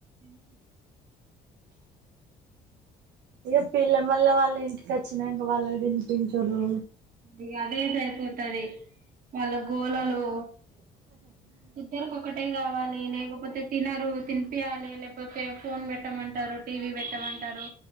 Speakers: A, on the right; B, on the right.
A: ఏంటి
B: ఇక పిల్ల మళ్ళ వాళ్ళ ఇంటికి వచ్చినాంక వాళ్ళ గురించి తన్ చారు
A: ఇగ అదే సరిపోతది వాళ్ళ గోళలు ఇద్దరు కొక్కటే కావాలి లేకపోతే తినరు తినిపియాలి లేకపోతే ఫోన్ పెట్టమంటారు టీవీ పెట్టమంటారు